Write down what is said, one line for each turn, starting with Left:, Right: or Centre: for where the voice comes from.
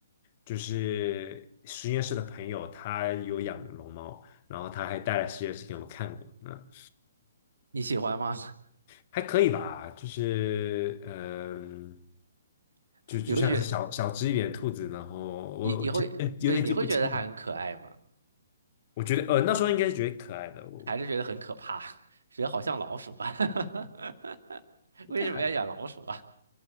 Left: 就是实验室的朋友他有养龙猫，然后他还带来实验室给我们看过，嗯，
Right: 你喜欢吗？
Left: 还可以吧，就是嗯、
Right: <laughs>
Left: 就就像是小小只一点的兔子，
Right: 你会觉
Left: 然后我我其实有点记不清了，
Right: 你你会对你会觉得它很可爱吗？
Left: 我觉得呃那时候应该是觉得可爱的，我我
Right: 还是觉得很可怕，人好像老鼠啊，<laughs>
Left: 应该还
Right: 为什么要养老鼠啊？